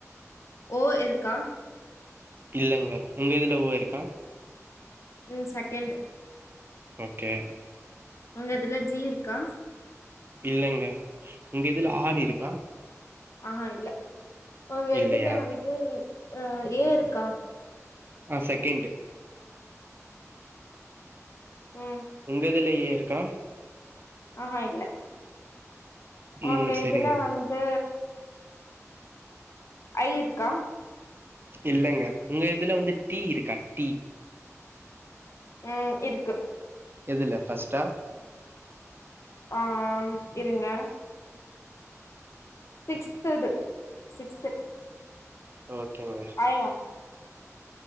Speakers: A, on the left; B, on the right.
A: ஓ இருக்கா
B: இல்லங்க உங்க இதுல ஓ இருக்கா
A: ம் செக்கேண்டு
B: ஓகே
A: உங்க இதுல ஜீ இருக்கா
B: இல்லைங்க உங்க இதுல ஆர் இருக்கா
A: அ ஹ இல்ல உங்க
B: இல்லையா
A: இதுல வந்து அ ஏ இருக்கா
B: ஆ செக்கேண்டு
A: ம்
B: உங்க இதுல ஏ இருக்கா
A: அ ஹ இல்ல
B: ம்
A: உங்க
B: சரிங்க
A: இதுல வந்து ஐ இருக்கா
B: இல்லங்க உங்க இதுல வந்து டி இருக்கா டி
A: அ இருக்கு
B: எதுல ஃபஸ்ட்டா
A: ஆ ம் இருங்க சிக்ஸ் இது சிக்ஸ்து
B: ஓகேங்க
A: ஐ யா